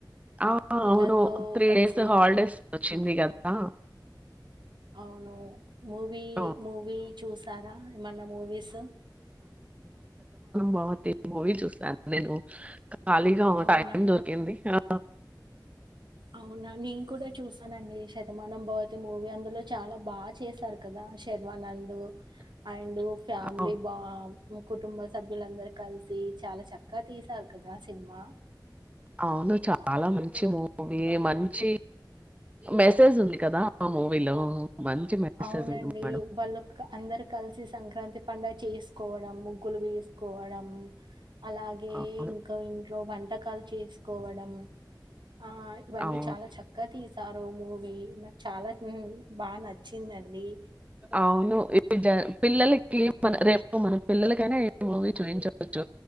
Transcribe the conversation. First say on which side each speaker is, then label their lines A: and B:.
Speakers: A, on the right (about 15°); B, on the right (about 80°).
A: ఆ
B: పిల్లలతో
A: అవును త్రీ
B: కలిసి
A: డేస్ హాలిడేస్ వచ్చింది కదా
B: అవును మూవీ
A: ఆ,
B: మూవీ చూసారా ఏమన్నా మూవీస్
A: బవతి మూవీ చుసను నిను క కాళీగా
B: అవునా
A: టైం దొరికింది ఆ
B: అవునా నేను కూడా చూసానండి శతమానం బవతి మూవీ అందులో చాలా బాగా చేశారు కదా శర్వానందు అండ్ డ్ ఫ్యామిలీ
A: ఆ.
B: బా కుటుంబ సభ్యులందర్ కలిసి చాలా చక్కగా తీసారు కదా సినిమా
A: అవును. చాలా మంచి మూవీ. మంచి మెసేజ్ ఉంది కదా ఆ మూవీలో. మంచి మెసేజ్
B: అవునండి
A: ఉంది మేడం.
B: వాళ్ళు అందరు కలిసి సంక్రాంతి పండుగ చేసుకోవడం ముగ్గులు వేసుకోవడం అలాగే
A: అవును.
B: ఇంకా ఇ లో వంటకాల్ చేసుకోవడం ఆ ఇవన్నీ
A: అవును.
B: చాలా చక్కగా తీస్ సారు ము వి నాకు చాలా హు బాగా నచ్చిందండి
A: అవును ఈ జ పిల్లలకి రేపు మన పిల్లలకైనా ఏ మూవీ చూయిించవచ్చు